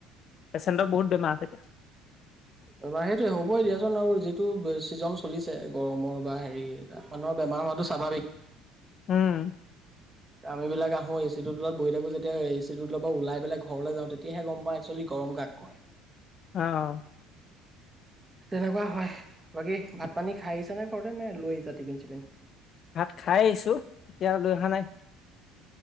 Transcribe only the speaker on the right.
সেইটোয়ে হ'বই দিয়াচোন আৰু যিটো চিজন চলিছে গৰমৰ বা হেৰি মানুহৰ বেমাৰ ম হোৱাটো স্বাভাৱিক
আম এইবিলাক আহো এ চিটো তত বৈ থাকো যেতি এ চিৰ তৰ ওলাই পেলাই ঘৰলৈ যাওঁ তেতিয়াহে গম পা একচুৱেলী গৰম কাক হয়
তেনেকুৱা হয় বাকী ভাত পানী খাই আহিছা নে ঘৰতে নে লৈ আহিছা টিপিন চিপিন